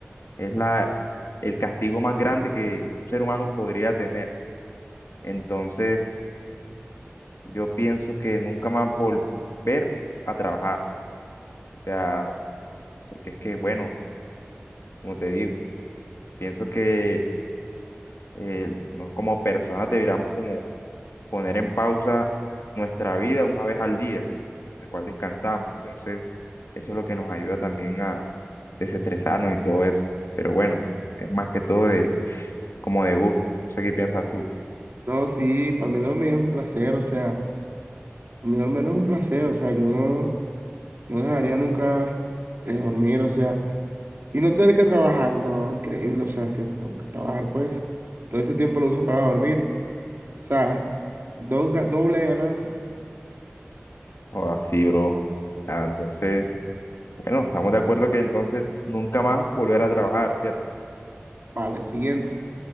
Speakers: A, on the left (about 80°); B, on the right (about 55°).
A: es la, el castigo más grande que un ser humano podría tener. Entonces, yo pienso que nunca más volver a trabajar. O sea, porque es que, bueno, como te digo, pienso que eh, no- como personas deberíamos como poner en pausa nuestra vida una vez al día, el cual descansamos. Entonces, eso es lo que nos ayuda también a desestresarnos y todo eso. Pero bueno, es más que todo de como de gusto. No sé qué piensas tú.
B: No, sí, para mí dormir es un placer, o sea, para mí dormir es un placer, o sea, yo no, no dejaría nunca de dormir, o sea, y no tener que trabajar, no, increíble, o sea, si tengo que trabajar, pues, todo ese tiempo lo uso para dormir, o sea, dos ga- doble ganancia.
A: O así, bro. Ah, entonces, bueno, estamos de acuerdo que entonces nunca más volver a trabajar, ¿cierto?
B: Vale, siguiente.